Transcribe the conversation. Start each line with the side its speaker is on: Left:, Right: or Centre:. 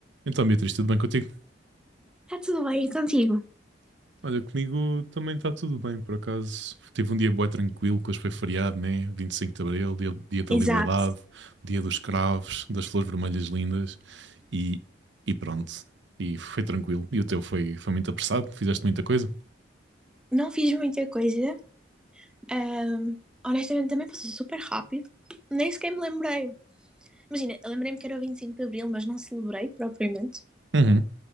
Right: Então, Beatriz, tudo bem contigo?
Centre: Está tudo bem contigo?
Right: Olha, comigo também está tudo bem, por acaso. Tive um dia bué tranquilo, que hoje foi feriado, né? 25 de Abril, dia, dia da
Centre: Exato.
Right: liberdade, dia dos cravos, das flores vermelhas lindas e, e pronto. E foi tranquilo. E o teu foi, foi muito apressado? Fizeste muita coisa?
Centre: Não fiz muita coisa. Ahm, honestamente, também passou super rápido. Nem sequer me lembrei. Imagina, eu lembrei-me que era o 25 de Abril, mas não celebrei propriamente.
Right: Uhum.